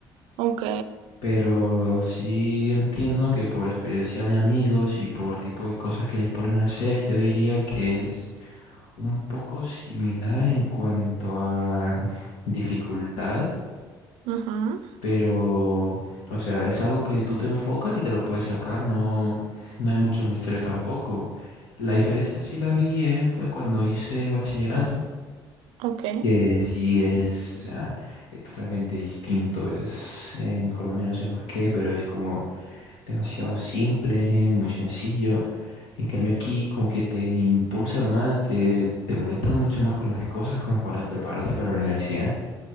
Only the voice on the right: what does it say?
Ok,
ujú,
ok,